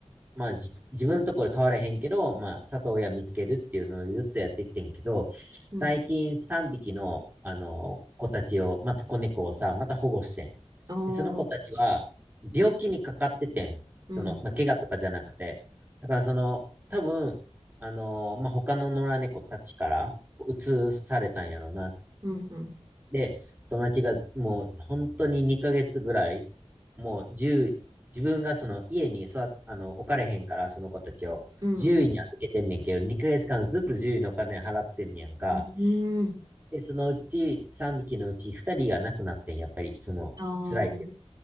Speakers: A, on the right; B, on the right.
A: まあ、じ、自分のところ変わらへんけど、まあ、里親見つけるっていうのをずっとやってきてんけど、
B: うん、
A: 最近3匹の、あの、子たちを、また子猫をさ、また保護してん。
B: ああ、
A: で、その子たちは、病気にかかっててん。
B: うん、
A: その、まあ、怪我とかじゃなくて。だから、その、多分、あの、まあ、他の野良猫たちから、移されたんやろな。
B: うん、うん、
A: で、友達がもう本当に2ヶ月ぐらい、もう1自分がその家に育っあの、置かれへんから、その子たちを獣医に預けてんねんけど、
B: うん、
A: 2ヶ月間ずっと獣医のお金払ってんねやんか。
B: うん、うん、
A: で、そのうち3匹のうち2人が亡くなってん、やっぱりその辛いって。
B: ああ、